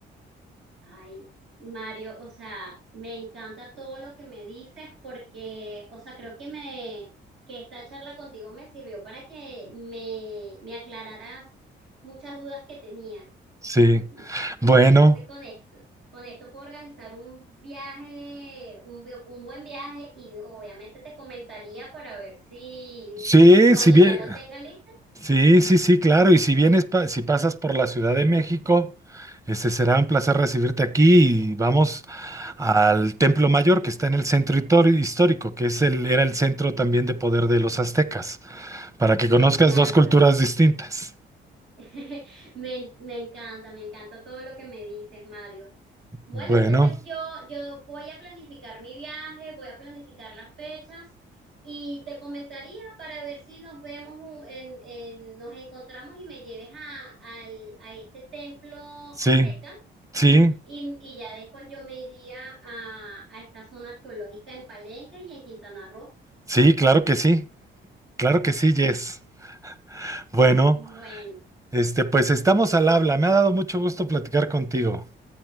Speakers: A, on the right; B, on the right.
A: Ay, Mario, o sea, me encanta todo lo que me dices porque, o sea, creo que me, que esta charla contigo me sirvió para que me, me aclararas muchas dudas que tenía.
B: Sí.
A: <laughs>
B: Bueno,
A: te conecto. Con esto puedo organizar un viaje, un, vi- un buen viaje y obviamente te comentaría para ver si
B: sí,
A: cuando
B: si bien,
A: ya lo tenga lista,
B: sí, sí, sí, claro. Y si vienes, pa- si pasas por la Ciudad de México, este será un placer recibirte aquí y vamos al Templo Mayor que está en el centro hitor- histórico, que es el, era el centro también de poder de los aztecas, para que
A: me
B: conozcas
A: encanta.
B: dos culturas distintas.
A: <laughs> Me, me encanta, me encanta todo lo que me dices, Mario. Bueno,
B: Bueno,
A: entonces yo, yo voy a planificar mi viaje, voy a planificar las fechas y te comentaría para ver si nos vemos, un- en, en- nos encontramos y me lleves a, al- a este templo
B: sí,
A: azteca
B: sí,
A: Y, y ya después yo me iría a, a esta zona arqueológica en Palenque y en Quintana Roo.
B: sí, claro que sí, claro que sí, Jess. Bueno,
A: Bueno,
B: este, pues estamos al habla. Me ha dado mucho gusto platicar contigo.